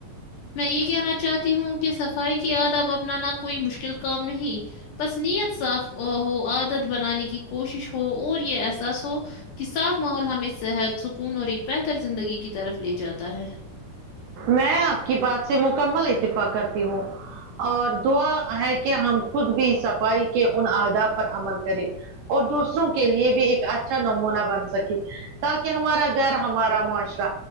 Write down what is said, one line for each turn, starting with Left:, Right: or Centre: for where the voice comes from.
Left: میں یہ کہنا چاہتی ہوں کہ صفائی کے ادب اپنانا کوئی مشکل کام نہیں بس نیت صاف ہو عادت بنانے کی کوشش ہو اور یہ احساس ہو کہ صاف ماحول ہمیں صحت سکون اور ایک بہتر زندگی کی طرف لے جاتا ہے
Right: میں آپ کی بات سے مکمل اتفاق کرتی ہوں اور دعا ہے کہ ہم خود بھی صفائی کے ان آداب پر عمل کریں اور دوسروں کے لیے بھی ایک اچھا نمونہ بن سکے تاکہ ہمارا گھر ہمارا معاشرہ